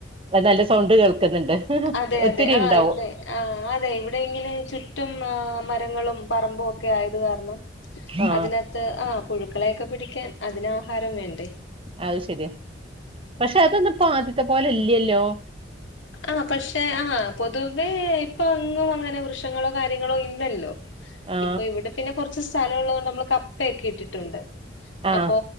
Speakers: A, on the right; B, on the left.
A: നല്ല സൗണ്ട് കേൾക്കുന്നുണ്ട്
B: അതെ
A: ഒത്തിരി
B: അതെ ആ
A: ഉണ്ടാവും
B: ഇവിടെ ആ അതെ ഇവിടെ ഇങ്ങനെ ചുറ്റും ആ മരങ്ങളും പറമ്പും ഒക്കെ ആയത് കാരണം
A: ആ
B: അതിനകത്ത് ആ പുഴുക്കളെയൊക്കെ പിടിക്കാൻ അതിന് ആഹാരം വേണ്ടേ
A: അത് ശരിയാ പക്ഷെ അതൊന്നപ്പോ ആദ്യത്തെ പോലെ ഇല്ല്യല്ലോ
B: ആ പക്ഷെ ആ പൊതുവേ ഇപ്പൊ അങ്ങും അങ്ങനെ വൃക്ഷങ്ങളോ കാര്യങ്ങളോ ഇല്ലല്ലോ
A: ആ
B: ഇപ്പൊ ഇവിടെ പിന്നെ കുറച്ച് സ്ഥലം ഉള്ളത് കൊണ്ട് നമ്മൾ കപ്പയൊക്കെ ഇട്ടിട്ടുണ്ട്
A: ആ
B: അപ്പൊ